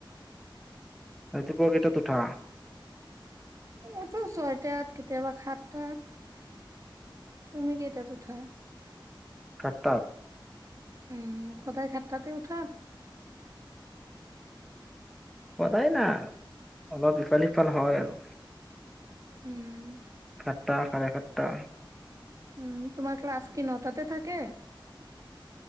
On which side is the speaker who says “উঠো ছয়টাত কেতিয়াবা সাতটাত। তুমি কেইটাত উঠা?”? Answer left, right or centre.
Right